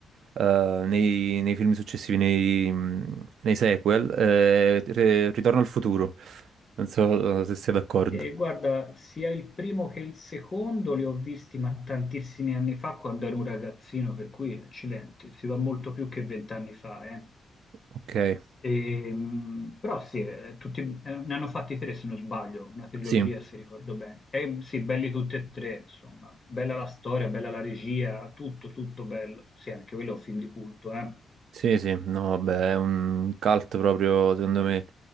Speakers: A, on the right; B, on the left.
A: eh, nei, nei film successivi, nei, nei sequel. eh, Re- Ritorno al futuro. Non so eh, se sei d'accordo.
B: E guarda, sia il primo che il secondo li ho visti ma tantissimi anni fa quando ero un ragazzino, per cui accidenti, si va molto più che vent'anni fa, eh.
A: Ok,
B: Ehm, però sì, eh, tutti, eh, ne hanno fatti tre se non sbaglio, una trilogia
A: sì.
B: se ricordo bene. E sì, belli tutti e tre, insomma. Bella la storia, bella la regia, tutto, tutto bello. Sì, anche quello è un film di culto, eh.
A: Sì, sì, no, vabbè, è un cult proprio, secondo me,